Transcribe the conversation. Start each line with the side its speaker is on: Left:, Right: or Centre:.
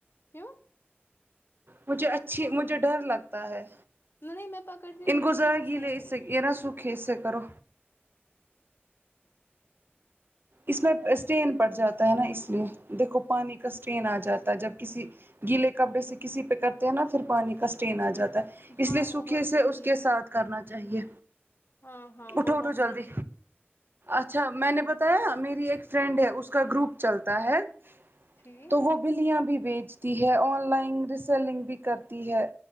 Left: کیوں
Right: مجھے اچھی مجھے ڈر لگتا ہے
Left: نہیں میں پکڑتی ہوں لیکن
Right: ان کو
Left: مجھے
Right: ذرا
Left: پسند
Right: گیلے
Left: نہیں
Right: اس سے
Left: ہے
Right: یہ نا سوکھ کہ سے کرو اس میں اسٹین پڑ جاتا ہے نا اس لیے دیکھو پانی کا اسٹین آ جاتا ہے جب کسی گیلے کپڑے سے کسی پہ کرتے نا پھر پانی کا اسٹین آ جاتا ہے اس
Left: ہاں
Right: لیے سوکھی
Left: وہ بات صحیح
Right: سے اس کے
Left: ہے
Right: ساتھ کرنا چاہیے
Left: ہاں ہاں
Right: اٹھو
Left: وہ
Right: اٹھو
Left: بات صحیح
Right: جلدی
Left: ہے
Right: اچھا میں نے بتایا میری ایک فرینڈ ہے اس کا گروپ چلتا ہے
Left: ٹھیک
Right: تو وہ بلیاں بھی بیچتی ہے آن لائن ریسلنگ بھی کرتی ہے